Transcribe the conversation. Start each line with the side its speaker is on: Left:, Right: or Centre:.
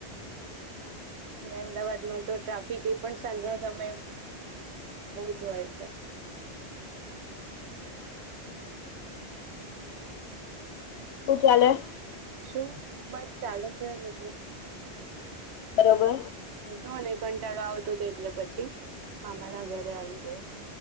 Right: ને અમદાવાદ માં તો ટ્રાફિક એ, પણ સાંજા સમય બહુ જ હોય છે.
Left: હમ. પૂજલે.
Right: શું બસ ચાલે છે? મતલ
Left: બરોબર
Right: જો ને કંટાળો આવતો હતો, એટલે પછી મામા ના ઘરે આવી ગાય